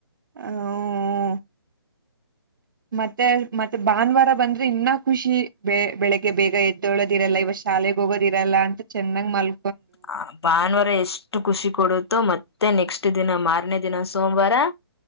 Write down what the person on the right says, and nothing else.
ಹ ಹೂ ಹೂ.
ಮತ್ತೆ ಮತ್ತೆ ಭಾನುವಾರ ಬಂದ್ರೆ ಇನ್ನ ಖುಷಿ ಬೆ ಬೆಳಿಗ್ಗೆ ಬೇಗ ಎದ್ದಳೊದ್ದಿರಲ್ಲ ಇವ್ ಶಾಲೆಗ್ ಹೊಗದ್ ಇರಲ್ಲ ಅಂತ ತೀರ ಚೆನ್ನಾಗ್ ಮಲ್